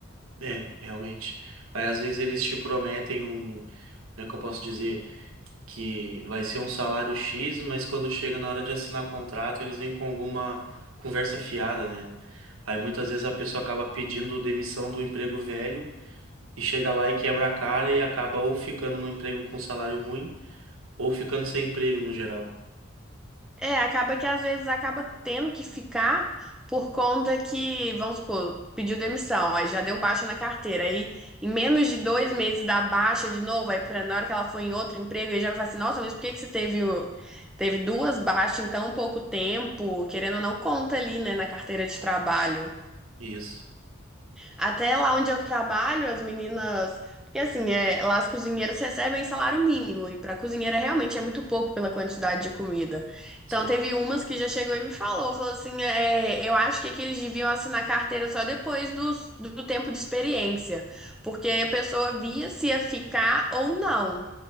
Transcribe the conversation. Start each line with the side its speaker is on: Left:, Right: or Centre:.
Right: É, realmente. Aí às vezes eles te prometem um, como é que eu posso dizer, que vai ser um salário X, mas quando chega na hora de assinar contrato, eles vêm com alguma conversa fiada, né? Aí muitas vezes a pessoa acaba pedindo demissão do emprego velho e chega lá e quebra a cara e acaba ou ficando no emprego com salário ruim ou ficando sem emprego no geral.
Centre: É, acaba que às vezes acaba tendo que ficar por conta que, vamos supor, pediu demissão, aí já deu baixa na carteira. Aí em menos de dois meses dá baixa de novo, aí pra, na hora que ela for em outro emprego, aí já vai falar assim, nossa, mas por que que você teve, o- teve duas baixas em tão pouco tempo? Querendo ou não, conta ali, né, na carteira de trabalho.
Right: Isso,
Centre: Até lá onde eu trabalho, as meninas. Porque assim, é, lá as cozinheiras recebem salário mínimo, e para cozinheira realmente é muito pouco pela quantidade de comida.
Right: sim.
Centre: Então teve umas que já chegou e me falou, falou assim, é, eu acho que, é que eles deviam assinar carteira só depois dos- do, tempo de experiência, porque aí a pessoa via se ia ficar ou não,